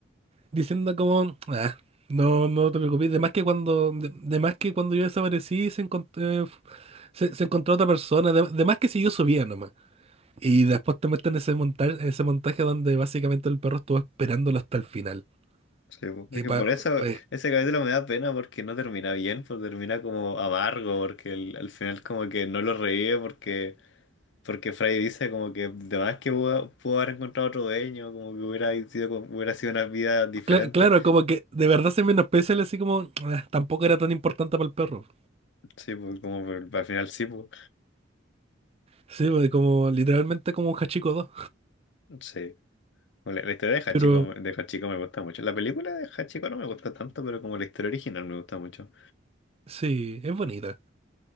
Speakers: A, on the right (about 30°); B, on the left (about 65°).
A: diciendo como, ah, no, no te preocupes, de más que cuando, de, de más que cuando yo desaparecí se, encont- eh, se, se encontró otra persona, de, de más que siguió su vida nomás. Y después te meten ese montaje, ese montaje donde básicamente el perro estuvo esperándolo hasta el final.
B: Sí, po. es
A: Y
B: que
A: pa-
B: por eso
A: eh,
B: ese capítulo me da pena porque no termina bien, pues termina como amargo, porque el- al final como que no lo revive porque... Porque Fry dice como que de más que pudo, pudo haber encontrado otro dueño, como que hubiera sido, hubiera sido una vida diferente.
A: cla- claro, como que de verdad se menosprecia el así como "Ah, tampoco era tan importante para el perro.
B: Sí, pues como por- al final sí, pues.
A: Sí, pues, como literalmente como un Hachiko 2.
B: Sí. Bueno, La, la historia de
A: Pero
B: Hachiko, de Hachiko me gusta mucho. La película de Hachiko no me gusta tanto, pero como la historia original me gusta mucho.
A: sí, es bonita.